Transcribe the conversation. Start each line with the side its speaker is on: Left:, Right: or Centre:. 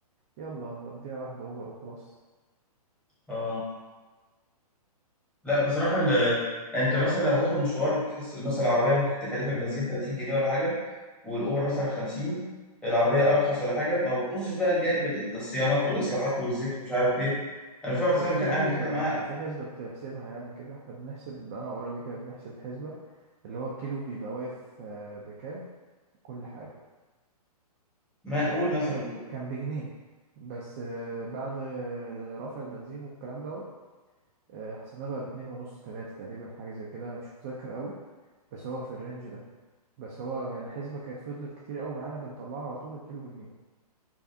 Right: يلا وديها واحده اوبر وخلاص
Centre: اه لا بصراحة ال... انت مثلا لو هتاخد مشوار بتحس مثلا العربية ممكن تكلفك بنزين 30 جنيه ولا حاجة والأوبر مثلا 50 العربية أرخص ولا حاجة ما بتبصش بقى لجانب ال- الصيانات والإصلاحات والزيت ومش عارف إيه أنا في واحد
Right: بس
Centre: صاحبي
Right: في
Centre: كان
Right: حسبه
Centre: قاعد يتكلم
Right: يعني
Centre: معايا
Right: انت في حسبه بتحسبها يعني كده احنا بنحسب انا وقرايبي كده بنحسب حسبه اللي هو الكيلو بيبقى واقف آه، بكام كل حاجه
Centre: ما
Right: كام
Centre: أقول مثلا
Right: كام
Centre: بكده
Right: كام بجنيه بس آه، بعد آه، رفع البنزين والكلام دوت آه، حسبناه بقى باتنين ونص تلاته تقريبا حاجه زي كده انا مش متذكر قوي بس هو في الرينج ده بس هو يعني الحسبة كانت فضلت كتير قوي معانا بنطلعها على طول الكيلو بجنيه